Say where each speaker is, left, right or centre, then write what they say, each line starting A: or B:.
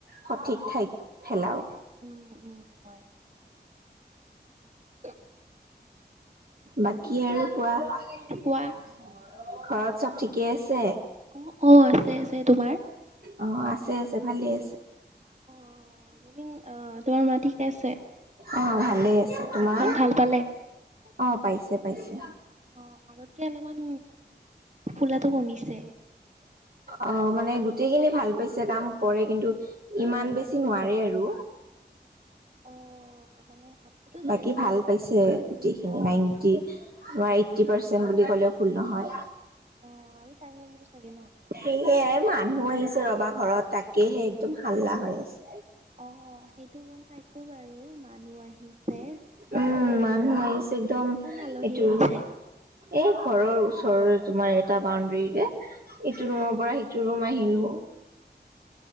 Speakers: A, on the right; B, on the right.
A: সঠিক ঠাইত পেলাওঁ।
B: উম, উম, হয়। <inaudible>
A: বাকী আৰু কোৱা? ঘৰত
B: কোৱা
A: চ'ব ঠিকেই আছে!
B: অ', অ', আছে, আছে। তোমাৰ?
A: অ', আছে, আছে। ভালে আছে।
B: অ', <unintelligible> অ', তোমাৰ মা ঠিকে আছে।
A: অ', ভালেই আছে। তোমাৰ?
B: হাতখন ভাল পালে।
A: অ' পাইছে পাইছে।
B: অ', আগতকে অলপমান ফুলাটো কমিছে।
A: অ', মানে গোটেইখিনি ভাল পাইছে, কাম কৰে, কিন্তু ইমান বেছি নোৱাৰে আৰু।
B: অ', মানে হাতটোতো জোৰা
A: বাকী
B: লাগিছে
A: ভাল পাইছে, গোটেইখিনি
B: অ',
A: নাইণ্টি ধৰা এইটি পাৰ্চেণ্ট বুলি ক'লেও ভুল নহয়।
B: অ' আৰু টাইম লাগিব চাগে ন'
A: সেয়হে মানুহ আহিছে ৰ'বা ঘৰত তাকেহে একদম হাল্লা হৈ আছে।
B: অ' সেইটো গম পাইছো বাৰু মানুহ আহিছে।
A: উম, মানুহ আহিছে একদম
B: কোন আলহী
A: এইটো
B: আহিছে?
A: এই ঘৰৰ ওচৰৰে তোমাৰ এটা বাউণ্ডৰীৰে। ইটো
B: অ',
A: ৰুমৰ
B: অ',
A: পৰা সিটো ৰুম আহিলো